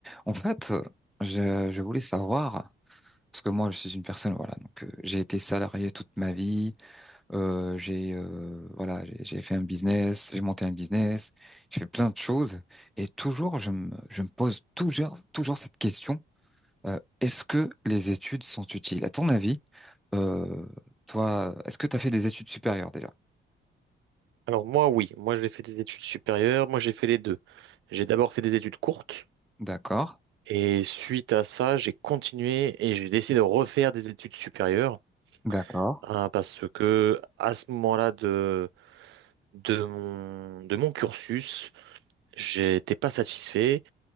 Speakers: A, in the centre; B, on the right.
A: En fait, je, je voulais savoir, parce que moi, je suis une personne, voilà, donc euh, j'ai été salarié toute ma vie, euh, j'ai euh, voilà, j'ai j'ai fait un business, j'ai monté un business, j'ai fait plein de choses, et toujours, je me, je me pose toujours, toujours cette question, euh, est-ce que les études sont utiles? À ton avis, euh, toi, est-ce que tu as fait des études supérieures déjà?
B: Alors moi, oui, moi j'ai fait des études supérieures, moi j'ai fait les deux. J'ai d'abord fait des études courtes
A: D'accord,
B: et suite à ça, j'ai continué et j'ai décidé de refaire des études supérieures
A: d'accord.
B: hein, parce que à ce moment-là de, de mon, de mon cursus, j'étais pas satisfait.